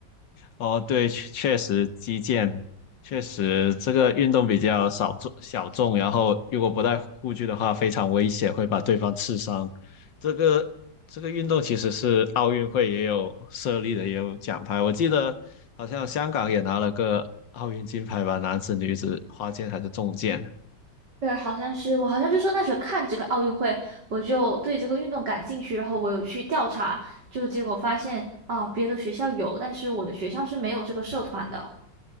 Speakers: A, on the left (about 85°); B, on the right (about 70°).
A: 哦，对，确确实击剑，确实这个运动比较少众小众，然后如果不带护具的话，非常危险，会把对方刺伤。这个这个运动其实是奥运会也有设立的，也有奖牌。我记得好像香港也拿了个奥运金牌吧，男子、女子花剑还是重剑。
B: 对，好像是我好像就说那时候看这个奥运会，我就对这个运动感兴趣，然后我有去调查，就结果发现啊，别的学校有，但是我的学校是没有这个社团的。